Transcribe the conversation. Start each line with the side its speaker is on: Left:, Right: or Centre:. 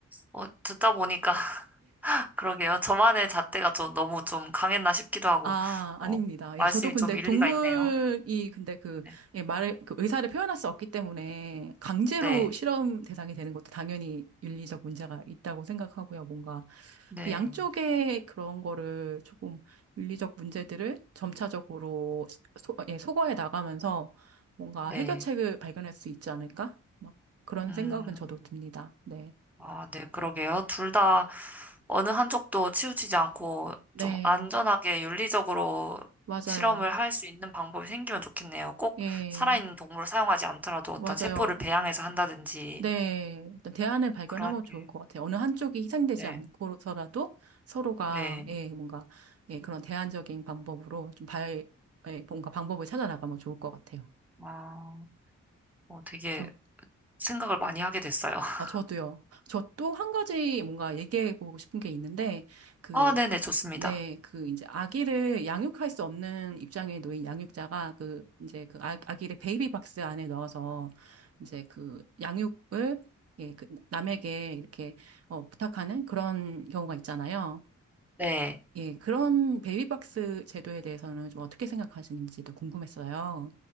Centre: 어, 듣다 보니까, <laughs> 그러게요. 저만의 잣대가 좀 너무 좀 강했나 싶기도 하고,
Right: 아, 아닙니다.
Centre: 어,
Right: 예,
Centre: 말씀이
Right: 저도 근데
Centre: 좀 일리가
Right: 동물이
Centre: 있네요.
Right: 근데 그,
Centre: 네.
Right: 예, 말을, 그 의사를 표현할 수 없기 때문에 강제로
Centre: 네.
Right: 실험 대상이 되는 것도 당연히 윤리적 문제가 있다고 생각하고요. 뭔가
Centre: 네.
Right: 그 양쪽의 그런 거를 조금 윤리적 문제들을 점차적으로 소, 예, 소거해 나가면서 뭔가
Centre: 네.
Right: 해결책을 발견할 수 있지 않을까? 막 그런
Centre: 음.
Right: 생각은 저도 듭니다. 네.
Centre: 아, 네, 그러게요. 둘 다 어느 한쪽도 치우치지 않고
Right: 네,
Centre: 좀 안전하게 윤리적으로
Right: 맞아요.
Centre: 실험을 할 수 있는 방법이 생기면 좋겠네요. 꼭
Right: 예,
Centre: 살아있는 동물을 사용하지 않더라도 어떤
Right: 맞아요.
Centre: 세포를 배양해서 한다든지
Right: 네, 일단 대안을 발견하면
Centre: 그런 게,
Right: 좋을 것 같아요. 어느 한쪽이 희생되지
Centre: 네,
Right: 않고서라도 서로가,
Centre: 네.
Right: 예, 뭔가, 예, 그런 대안적인 방법으로 좀 발, 예, 뭔가 방법을 찾아 나가면 좋을 것 같아요.
Centre: 아, 어, 되게
Right: 저,
Centre: 생각을 많이 하게 됐어요. <laughs>
Right: 아, 저도요. 저 또 한 가지 뭔가 얘기해 보고 싶은 게 있는데, 그,
Centre: 아, 네네, 좋습니다.
Right: 네, 그 이제 아기를 양육할 수 없는 입장에 놓인 양육자가 그 이제 그 아, 아기를 베이비 박스 안에 넣어서 이제 그 양육을 예, 그 남에게 이렇게 어, 부탁하는 그런 경우가 있잖아요.
Centre: 네.
Right: 예, 그런 베이비 박스 제도에 대해서는 좀 어떻게 생각하시는지도 궁금했어요.